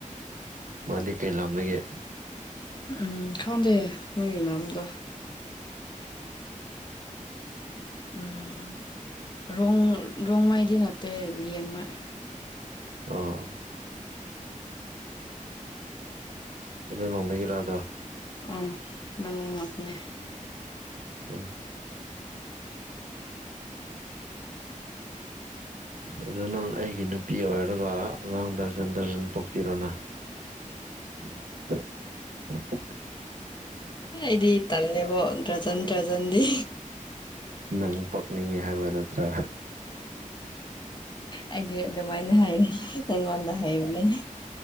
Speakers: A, on the right (about 70°); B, on the left (about 35°).
A: ꯃꯥꯗꯤ ꯀꯩ ꯂꯝꯗꯒꯤ
B: ꯎꯝ ꯈꯪꯗꯦ ꯅꯣꯏꯒꯤ ꯂꯝꯝꯗꯣ ꯎꯝ ꯔꯣꯡ ꯔꯣꯡꯃꯩꯗꯤ ꯅꯠꯇꯦ ꯂꯦꯡꯃꯥꯏ
A: ꯑ ꯇꯃꯦꯡꯂꯣꯡꯗꯒꯤ ꯔꯥꯙꯥ
B: ꯑꯥ ꯉꯕꯅꯦ
A: ꯎꯝ ꯑꯗꯨ ꯅꯪ ꯑꯩꯒꯤ ꯅꯨꯄꯤ ꯑꯣꯏꯔꯒ ꯑꯉꯥꯡ ꯗꯔꯖꯟ ꯗꯔꯖꯟ ꯄꯣꯛꯄꯤꯔꯣꯅ <inaudible>
B: ꯏꯗꯤ ꯇꯜ ꯂꯦꯕꯣ ꯗ꯭ꯔꯖ ꯗ꯭ꯔꯖꯗꯤ
A: ꯅꯪ ꯄꯛꯅꯤꯡꯉꯤ ꯍꯥꯏꯕ ꯅꯠꯇ꯭ꯔꯥ
B: ꯑꯩꯗꯤ ꯑꯗꯨꯃꯥꯏꯅ ꯍꯥꯏꯔꯦ ꯑꯩꯉꯣꯟꯗ ꯍꯥꯏꯕꯅꯦ